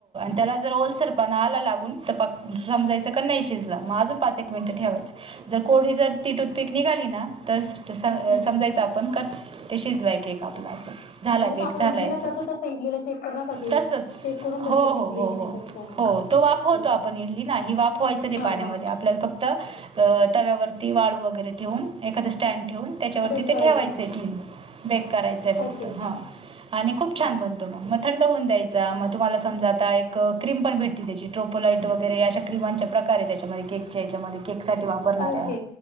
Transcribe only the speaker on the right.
त्याला, जर ओलसरपणा आला लागून समजायच नाही शिजल अजून पाच एक मिनिटं ठेवायचं. कोरडी जर ती टूथपीक निकाली, ना तर तर स
समजायचं
आपण का ते शिजलाय केक आपला. झालाय
बेक
झालाय
अस
तसच
हो
हो हो
हो
हो. तो वातो
आपण इली ना वापवायच र
पाण्या
आपल्याला फक्त तव्यावरती वाळू. गैरेवून एखाद स्टँ ठेून त्याच्यावरती
ते
ठेवायचं टि बेक करायचंय फक्त
हा. आणि खूप छान
बनतो
मग मग थंड होऊन द्यायच. मग तुम्हाला समजा आता एक क्रीम पण भेटते त्याची ट्रोपोलाईट वगैरे अशा क्रीमांच्या प्रकार आहे त्याच्यामध्ये याच्यामध्येक सा वापरणाऱ्या